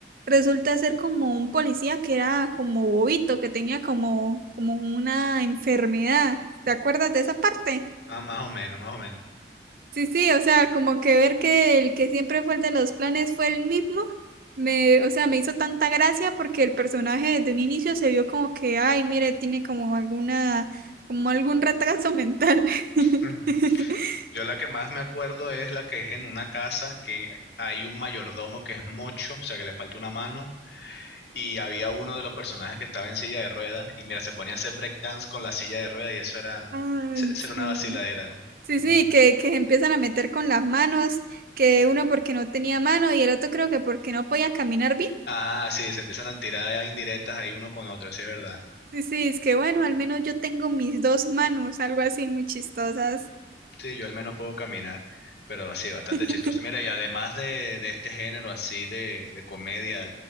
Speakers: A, on the right; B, on the left.
A: resulta ser como un policía que era como bobito, que tenía como, como una enfermedad. ¿Te acuerdas de esa parte?
B: Ah, más o menos, más o menos.
A: Sí, sí, o sea, como que ver que el que siempre fue el de los planes fue el mismo, me, o sea, me hizo tanta gracia porque el personaje desde un inicio se vio como que, ay, mire, tiene como alguna, como algún retraso mental. <laughs>
B: Mm. Yo la que más me acuerdo es la que es en una casa que hay un mayordomo que es mocho, o sea que le falta una mano, y había uno de los personajes que estaba en silla de ruedas, y mira, se ponía a hacer breakdance con la silla de ruedas y eso era,
A: Ay,
B: se- eso era una
A: sí.
B: vaciladera.
A: Sí,
B: Mm.
A: sí, que, que se empiezan a meter con las manos, que uno porque no tenía mano y el otro creo que porque no podía caminar bien.
B: Ah, sí, se empiezan a tirar indirectas ahí uno con otro, sí es verdad.
A: Sí, sí, es que bueno, al menos yo tengo mis dos manos, algo así muy chistosas.
B: Sí, yo al menos puedo caminar, pero así, bastante
A: <laughs>
B: chistoso. Mira, y además de, de este género así de, de comedia